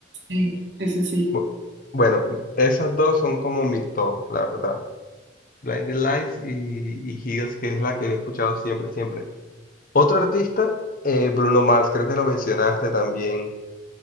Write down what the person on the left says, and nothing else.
Bu- Bueno, esas dos son como mi top, la verdad. Blinding Lights y, y Heels, que es la que he escuchado siempre, siempre. Otro artista, eh, Bruno Mars, creo que lo mencionaste también.